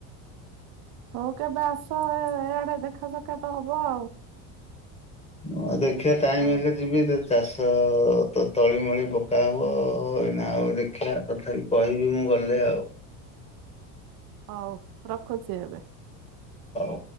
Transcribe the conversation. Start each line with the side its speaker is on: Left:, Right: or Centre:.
Right: ହଉ କେବେ ଆସ ଏ ଇଆଡେ ଦେଖା ସାକ୍ଷାତ ହବ ଆଉ।
Left: ଆ, ଦେଖେ ଟାଇମ
Right: ହଉ
Left: ହେଲେ। ବିଭିନ୍ନ ଚାଷ ତ ତଳି ମଳି ପକାହବ ଏଇନା ଆଉ ଦେଖ ଖିଆ ତଥାପି କହିବି ମୁଁ ଗଲେ ଆଉ
Right: ହଉ ରଖୁଛି ଏବେ
Left: ହଉ